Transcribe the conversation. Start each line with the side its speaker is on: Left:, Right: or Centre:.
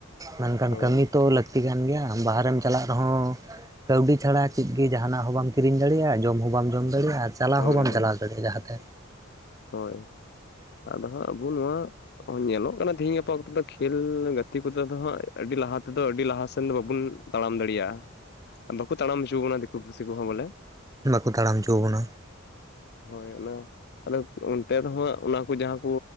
Right: ᱢᱮᱱᱠᱷᱟᱱ
Left: ᱦᱳᱭ
Right: ᱠᱟᱹᱢᱤ ᱛᱚ ᱞᱟᱹᱠᱼᱼ ᱛᱤ ᱠᱟᱱ ᱜᱮᱭᱟ ᱵᱟᱦᱮᱢ ᱪᱟᱞᱟᱜ ᱨᱮᱦᱚᱸᱼᱼ ᱠᱟᱹᱣᱰᱤ ᱪᱷᱟᱲᱟ ᱪᱮᱫ ᱜᱮ ᱡᱟᱦᱟᱱᱟᱜ ᱦᱚᱸ ᱵᱟᱢ ᱠᱤᱨᱤᱧ ᱫᱟᱲᱮᱭᱟᱜᱼᱟ ᱡᱚᱢ ᱦᱚᱸ ᱵᱟᱢ ᱡᱚᱢ ᱫᱟᱲᱮᱭᱟᱜᱼᱟ᱾ ᱪᱟᱞᱟᱣ
Left: ᱦᱳᱭ
Right: ᱦᱚᱸ ᱵᱟᱢ
Left: ᱦᱳᱭ
Right: ᱪᱟᱞᱟᱣ ᱫᱟᱲᱮᱭᱟᱜᱼᱟ ᱡᱟᱦᱟᱸ ᱛᱮ᱾
Left: ᱦᱳᱭ ᱟᱫᱚ ᱦᱟᱸᱜ ᱟᱵᱚ ᱱᱚᱣᱟᱼᱼ ᱧᱮᱞᱚᱜ ᱠᱟᱱᱟ ᱛᱤᱦᱤᱧ ᱜᱟᱯᱟ ᱚᱠᱛᱚ ᱫᱚ ᱠᱷᱮᱞ ᱜᱟᱛᱮ ᱠᱚᱫᱚ ᱟᱫᱚ ᱦᱟᱸᱜ ᱟᱹᱰᱤ ᱞᱟᱦᱟ ᱛᱮᱫᱚ ᱟᱹᱰᱤ ᱞᱟᱦᱟ ᱥᱮᱱ ᱫᱚ ᱵᱟᱵᱚᱱᱼᱼ ᱛᱟᱲᱟᱢ ᱫᱟᱲᱮᱭᱟᱜ-ᱟ ᱾ <inaudible> ᱵᱟᱠᱚ ᱛᱟᱲᱟᱢ ᱦᱚᱪᱚ ᱵᱚᱱᱟ ᱫᱤᱠᱩ ᱯᱩᱥᱤ ᱠᱚᱦᱚᱸ ᱵᱚᱞᱮ ᱾
Right: ᱵᱟᱠᱚ ᱛᱟᱲᱟᱢ ᱚᱪᱚ ᱟᱵᱚᱱᱟ ᱾
Left: ᱦᱳᱭ ᱚᱱᱟ ᱟᱫᱚ ᱚᱱᱛᱮ ᱫᱚ ᱦᱟᱸᱜ ᱚᱱᱟᱠᱩ ᱡᱟᱦᱟᱸᱠᱩ